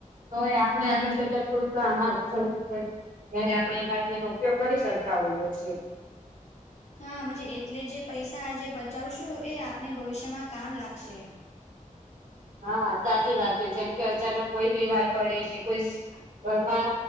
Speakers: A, on the right (about 75°); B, on the left (about 55°).
A: તો એ આપડે આગળ જતા થોડુંક કામ આવે જરૂર પડે. ત્યારે આપણે એમાંનો ઉપયોગ કરી શકતા હોઈએ છીએ.
B: હા મજે એટલે જે પૈસા આજેે બચાવશું એ આપને ભવિષ્યમાં કામ લાગશે.
A: હા સાચી વાત છે, જેમ કે અચાનક કોઈ બીમાર પડે કે કોઈ ઘરમાં